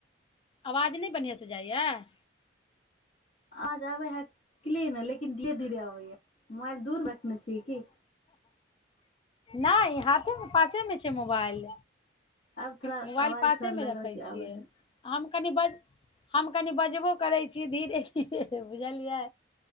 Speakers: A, on the left; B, on the left.
A: आवाज नहि बढ़िआसँ जाइत अछि।
B: आवाज आबैत अछि क्लीन मुदा धीरे- धीरे आबैत अछि मोबाइल दूर रखने छीयै कि।
A: नई हाथेमे पासे मे छैक मोबाइल
B: आब थोड़ा
A: मोबाइल
B: आवाज
A: पासेमे
B: थोड़ा लगल
A: रखै
B: कि
A: छियै
B: आबैत अछि।।
A: हम कनि बज हम कनेक बजबो करै छीयै धीरे -धीरे बुझलियै